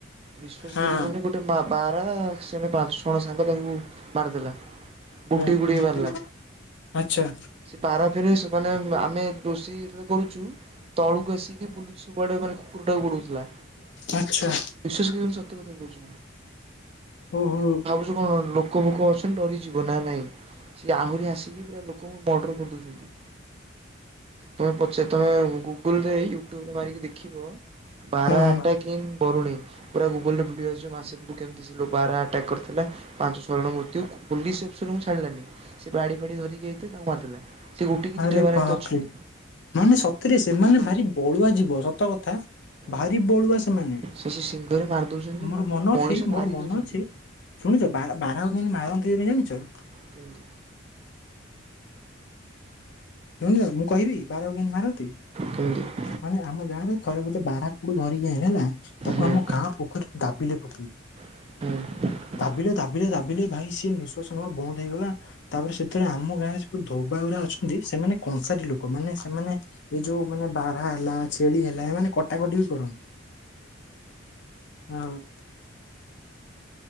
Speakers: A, on the right; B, on the left.
A: ବିଶ୍ୱାସ
B: ହଁ
A: କରିବୁନି ଗୋଟେ ବା-ବାରହା ସେ ହେଲେ ପାଞ୍ଚ ଜଣ ସାଙ୍ଗ ତାକୁ ମାରିଦେଲା। ଗୁଡେଇ
B: ହୁଁ,
A: ଗୁଡେଇ ମାରିଲା
B: ଆଚ୍ଛା।
A: ସେ ବାରହା ଫେର ସେମାନେ ଆମେ ରୋଷେଇ ଯେତେବେଳେ କରୁଛୁ ତଳକୁ ଆସିକି ବୁଲୁଛି ସବୁଆଡେ ମାନେ କୁକୁରଟାକୁ ଗୋଡଉଥିଲା।
B: ଆଚ୍ଛା।
A: ବିଶ୍ୱାସ କରିବନି ସତ କଥା କହୁଛି
B: ଓହୋ।
A: ଯୋଉ କଣ ଲୋକ ଫୋକ ଅଛନ୍ତି ଡରିକି ଯିବ ନା ନାଇଁ, ସିଏ ଆହୁରି ଆସିକି ପୁରା ଲୋକଙ୍କୁ ମର୍ଡର କରିଦଉଛନ୍ତି। ତମେ ପଚା ତମେ ଗୁଗୁଲରେ, ୟୁଟ୍ୟୁବରେ ମାରିକି ଦେଖିବ, ବାରହା
B: ହଁ ହଁ
A: ଆଟାକ୍ କିନ୍ ବରୁଣେଇ ପୁରା ଗୁଗଲରେ ଭିଡିଓ ଆସିଛି, ମାସେକୁ କେମତି ସେ ବାରହା ଆଟାକ୍ କରିଥିଲା, ପାଞ୍ଚ ଛଅ ଜଣ ମୃତ୍ୟୁ ପୁଲିସ ଅଫସରଙ୍କୁ ଛାଡିଲାନି, ସେ ବାଡି ଫାଡି ଧରିକି ଆଇଥିଲେ ତାଙ୍କୁ ମାରିଦେଲା। ସେ ଗୋଟେ କି
B: ଆରେ
A: ଦିଟା ବାରହା
B: ବାପ
A: ହେଇଥିବ ଛୁ
B: ମାନେ ସତରେ ସେମାନେ ଭାରି ବଳୁଆ ଜୀବ, ସତ କଥା।
A: ଆଉ
B: ଭାରି ବଳୁଆ ସେମାନେ।
A: ସେ ସେ ସିଂଘରେ ମାରି ଦଉଛନ୍ତି ଯେ
B: ମୋର
A: ପୁରା
B: ମନ
A: ମଣିଷ
B: ଅଛି, ମୋର
A: ମାରି
B: ମନ
A: ଦଉଛନ୍ତି।
B: ଅଛି ଶୁଣିଛ ବାର-ବାରହାକୁ କେମତି ମାରନ୍ତି ଏବେ ଜାଣିଛ?
A: କେମିତି
B: ଶୁଣୁଚ, ମୁଁ କହିବି, ବାରହାକୁ କେମିତି ମାରନ୍ତି?
A: କେମତି?
B: ମାନେ ଆମ ଗାଁରେ ଥରେ ଗୋଟେ ବାରହାକୁ ଧରିକି ଆଇଁଲେ ହେଲା, ତାକୁ
A: ହୁଁ।
B: ଆମ ଗାଁ ପୋଖରୀ ଦାବିଲେ ପକେଇକି।
A: ହୁଁ।
B: ଦାବିଲେ, ଦାବିଲେ, ଦାବିଲେ, ଭାଇ ସିଏ ନିଶ୍ଵାସ ନେବା ବନ୍ଦ ହେଇଗଲା ତାପରେ ସେତେବେଳେ ଆମ ଗାଁରେ ଯୋଉ ଧୋବା ଗୁରା ଅଛନ୍ତି, ସେମାନେ କଂସାରୀ ଲୋକ। ମାନେ ସେମାନେ ଏଇ ଯୋଉ ମାନେ ବାରହା ହେଲା, ଛେଳି ହେଲା, ଏମାନେ କଟାକଟି ବି କରନ୍ତି। ଆଉ